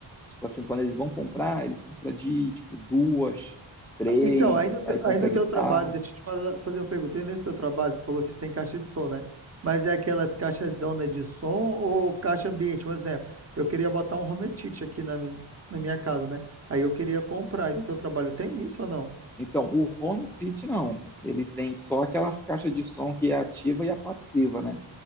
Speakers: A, in the centre; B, on the right.
A: tipo assim, quando eles vão comprar, eles compram de tipo duas, três,
B: Então, aí no teu,
A: aí compra
B: aí no
A: guitarra.
B: teu trabalho, deixa eu te falar- fazer uma pergunta. Aí nesse teu trabalho, tu falou que tem caixa de som, né? Mas é aquelas caixas zona de som ou caixa ambiente? Um exemplo, eu queria botar um home theater aqui na, mi- na minha casa, né? Aí eu queria comprar. Aí no teu trabalho tem isso ou não?
A: Então, o home theater não. Ele tem só aquelas caixas de som que é a ativa e a passiva, né?